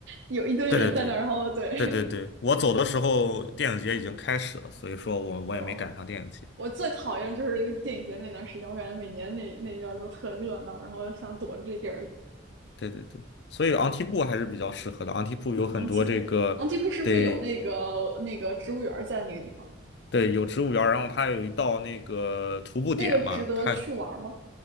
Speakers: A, on the right; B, on the left.
A: 有一堆人在那儿，
B: 对对对
A: 然后对，
B: 对对对，我走的时候电影节已经开始了，所以说我我也没赶上电影节。
A: <laughs> 我我最讨厌就是电影节那段时间，我感觉每年那那一段都特热闹，然后想躲着这地儿
B: 对对对，所以昂提布还是比较适合的。昂提布有很多这个，
A: 昂基布，昂基布是不是有那个那个植物园在那个地方？
B: 对对，有植物园儿然后它有一道那个徒步点嘛，
A: 那个值得去玩吗？
B: 它